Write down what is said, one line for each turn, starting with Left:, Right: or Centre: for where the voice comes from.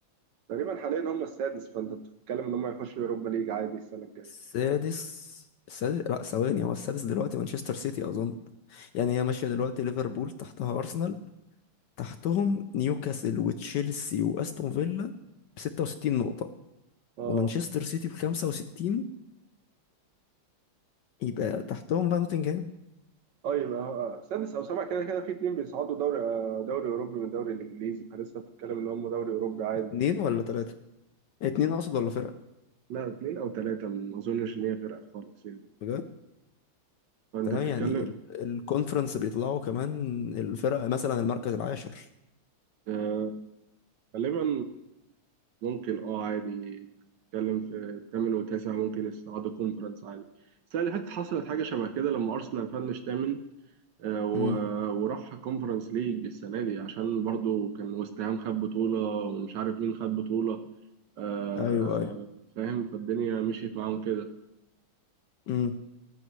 Right: تقريبا حاليا هم السادس فانت بتتكلم ان هم يخشوا يوروبا ليج عادي السنه الجايه
Left: السادس السادس لا ثواني هو السادس دلوقتي مانشستر سيتي اظن يعني هي ماشية دلوقتي ليفربول تحتها ارسنال تحتهم نيوكاسل وتشيلسي واستون فيلا ب 66 نقطة
Right: اه
Left: ومانشستر سيتي ب 65 يبقى تحتهم بقى نوتنجهام
Right: اه يبقى هو- سادس او سابع كده كده في اتنين بيصعدوا دوري آه، دوري اوروبي من الدوري الانجليزي فلسه بتتكلم ان هم دوري اوروبي عادي
Left: اتنين ولا تلاتة اتنين اقصد ولا فرقة
Right: لا اتنين او تلاته ما اظنش ان هي فرقه خالص يعني
Left: بجد
Right: فانت
Left: تمام
Right: بتتكلم
Left: يعني ال- الكونفرنس بيطلعوا كمان الفرق مثلا المركز العاشر
Right: آه غالبا ممكن اه عادي انت بتتكلم في الثامن والتاسع ممكن يصعدوا كونفرنس عادي السنه اللي فاتت حصلت حاجه شبه كده لما ارسنال فنش ثامن آه، و-
Left: امم
Right: وراح كونفرنس ليج السنة دي عشان برضو كان ويست هام خد بطولة ومش عارف مين خد بطولة آه،
Left: ايوه ايوه
Right: فاهم فالدنيا مشيت معاهم كده
Left: امم